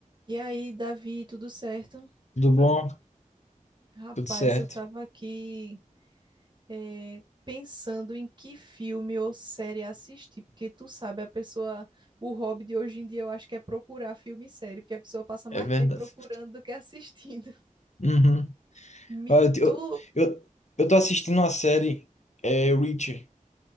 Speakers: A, on the right; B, on the left.
A: E aí, Davi, tudo certo?
B: Tudo bom?
A: Rapaz,
B: Tudo certo.
A: eu tava aqui eh, pensando em que filme ou série assistir, porque tu sabe, a pessoa, o hobby de hoje em dia eu acho que é procurar filme e série, porque a pessoa passa mais
B: É verdade.
A: tempo procurando do que assistindo.
B: Uhum.
A: <laughs> Me-
B: Olha, Eu,
A: tu,
B: eu, eu eu tô assistindo uma série, é, Reacher,